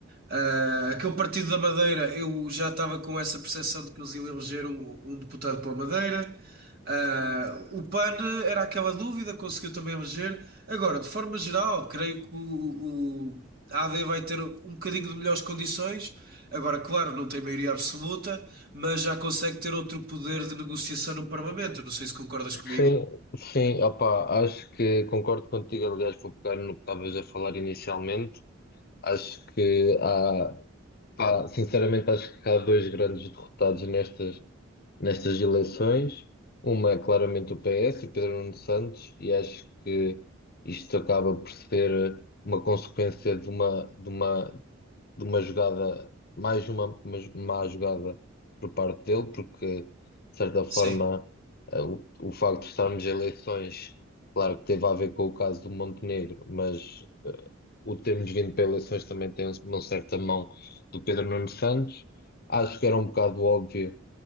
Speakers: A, on the right; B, on the left.
A: Ah, aquele Partido da Madeira, eu já estava com essa percepção de que eles iam eleger um, um deputado pela Madeira. Ah, o PAN era aquela dúvida, conseguiu também eleger. Agora, de forma geral, creio que o, o AD vai ter um bocadinho de melhores condições. Agora, claro, não tem maioria absoluta, mas já consegue ter outro poder de negociação no Parlamento. Não sei se concordas comigo.
B: sim, sim, opá, acho que concordo contigo, aliás, vou pegar no que estavas a falar inicialmente. Acho que há. Pá, sinceramente, acho que há dois grandes derrotados nestas, nestas eleições. Uma é claramente o PS, o Pedro Nuno Santos, e acho que isto acaba por ser uma consequência de uma, de uma, de uma jogada, mais uma, mas- má jogada por parte dele, porque, de certa forma,
A: Sim,
B: eh, o, o facto de estarmos em eleições, claro que teve a ver com o caso do Montenegro, mas. eh, o termos vindo para eleições também tem um, uma certa mão do Pedro Nuno Santos. Acho que era um bocado óbvio,